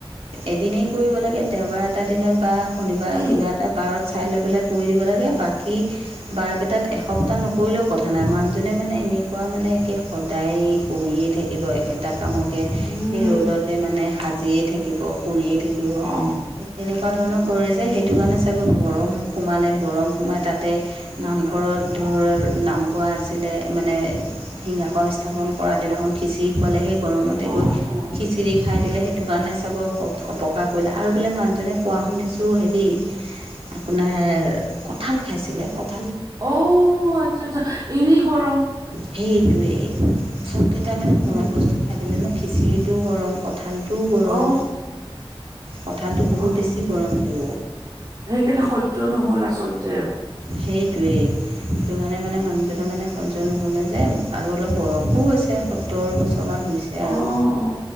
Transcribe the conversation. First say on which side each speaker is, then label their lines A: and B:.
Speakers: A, on the right; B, on the right.
A: এদিনেই কৰিব লাগে, দেওবাৰ এটা দিনত বা শনিবাৰ
B: উম
A: কিবা এটা বাৰত চাই লৈ পেলাই কৰি দিব লাগে, বাকী বাৰকেইটাত এসপ্তাহ নকৰিলেও কথা নাই, মানুহজনে মানে এনেকুৱা মানে একে সদায় কৰিয়েই থাকিব একেটা কামত সেই
B: উম
A: ৰ'দতে মানে সাজিয়ে থাকিব, কৰিৰিয়ে থাকিব।
B: অহ
A: তেনেকুৱা ধৰণৰ কৰে যে, সেইটো কাৰণে চাগৈ গৰম সোমালে গৰম সোমাই তাতে নামঘৰত ধৰ নাম গোৱা আছিলে মানে সিংহাকন স্থাপন কৰা দিনাখন খিচিৰি খোৱালে সেই গৰমতে
B: অ
A: গৈ
B: অ
A: খিচিৰি খাই দিলে সেইটো কাৰণে চাগৈ অপকাৰ কৰিলে আৰু বোলে মানুহজনে কোৱা শুনিছোঁ হেৰি আপোনাৰ কঠাল খাইছিলে, কঠ
B: অ' আচ্ছা- আচ্ছা এনেই গৰম।
A: সেইটোৱেই, চব কেইটা মানে
B: উম
A: গৰম
B: উম
A: বস্তু খাই দিলে ন, খিচিৰিটোও গৰম, কঁঠালটোও গৰম।
B: অ
A: কঁঠালটো
B: অ
A: বহুত বেছি গৰমটো।
B: সেইকাৰণে সহ্য নহল আচলতে অ
A: সেইটোৱেই। সেইটো কাৰণে মানে মানুহজনৰ মানে সহ্য নহ'লে যে আৰু অলপ বয়সো হৈছে সত্তৰ বছৰমান হৈছে। এয়া
B: অ
A: আৰু